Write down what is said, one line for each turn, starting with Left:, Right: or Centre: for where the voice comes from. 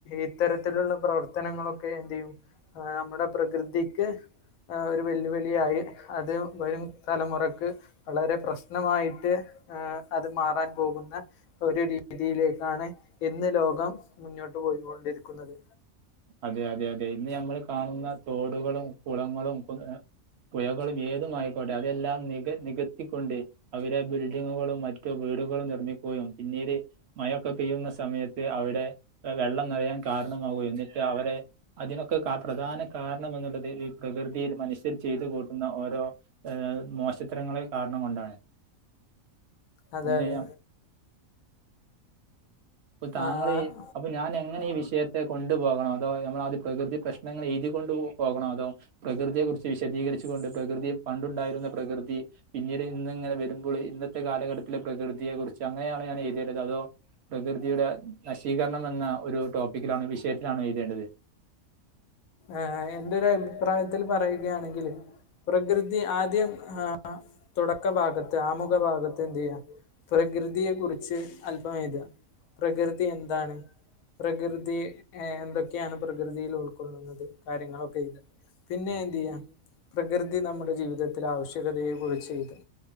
Left: ഇത്തരത്തിലുള്ള പ്രവർത്തനങ്ങളൊക്കെ എന്തിയ്യും. ആ നമ്മടെ പ്രകൃതിക്ക് ആ ഒരു വെല്ലുവിളിയായി അത് വരും തലമുറക്ക് വളരെ പ്രശ്നമായിട്ട് ഏ അത് മാറാൻ പോകുന്ന ഒരു രീതിയിലേക്കാണ് ഇന്ന് ലോകം മുന്നോട്ട് പോയികൊണ്ടിരിക്കുന്നത്
Right: അതെ അതെ അതെ ഇന്ന് നമ്മൾ കാണുന്ന തോടുകളും കുളങ്ങളും പുഴകളും ഏതും ആയിക്കോട്ടെ അതെല്ലാം നിക നികത്തിക്കൊണ്ട് അവര് ബിൽഡിങ്ങുകളും മറ്റു വീടുകളും നിർമ്മിക്കുകയും പിന്നീട് മയൊക്കെ പെയ്യുന്ന സമയത്ത് അവിടെ വെള്ളം നിറയാൻ കാരണമാകുകയും എന്നിട്ട് അവരെ അതിനൊക്കെ കാ പ്രധാന കാരണമെന്നുള്ളത് ഈ പ്രകൃതിയിൽ മനുഷ്യൻ ചെയ്ത് കൂട്ടുന്ന ഓരോ ഏഹ് മോശത്തരങ്ങള് കാരണം കൊണ്ടാണ്
Left: അതെ
Right: ഇന്ന്
Left: അതെ
Right: പ്പൊ താങ്ങളീ
Left: ആഹ്
Right: പ്പം ഞാനെങ്ങനെ ഈ വിഷയത്തെ കൊണ്ട് പോകണോ അതോ നമ്മളാദ്യം പ്രകൃതി പ്രശ്നങ്ങൾ എഴുതി കൊണ്ട് പോകണോ അതോ പ്രകൃതിയെ കുറിച്ച് വിശദീകരിച്ച് കൊണ്ട് പ്രകൃതി പണ്ടുണ്ടായിരുന്ന പ്രകൃതി പിന്നീട് ഇന്ന് ഇങ്ങനെ വര്മ്പോള് ഇന്നത്തെ കാലഘട്ടത്തിലെ പ്രകൃതിയെ കുറിച്ച് അങ്ങനെയാണോ ഞാനെഴ്തേണ്ടത് അതോ പ്രകൃതിയുടെ നശീകരണം എന്ന ഒരു ടോപ്പിക്കിലാണ് വിഷയത്തിലാണൊ എഴ്തേണ്ടത്?
Left: ആഹ് എന്റെ ഒരഭിപ്രായത്തിൽ പറയുകയാണെങ്കില് പ്രകൃതി ആദ്യം ആഹ് തുടക്ക ഭാഗത്ത് ആമുഖ ഭാഗത്ത് എന്തെയ്യാ പ്രകൃതിയെ കുറിച്ച് അല്പം എഴ്താ പ്രകൃതി എന്താണ് പ്രകൃതി ഏഹ് എന്തൊക്കെയാണ് പ്രകൃതിയിലുൾക്കൊള്ളുന്നത് കാര്യങ്ങളൊക്കെ എഴ്താ പിന്നെ എന്തെയ്യാ പ്രകൃതി നമ്മുടെ ജീവിതത്തിലെ ആവശ്യകതയെ കുറിച്ച് എഴ്താ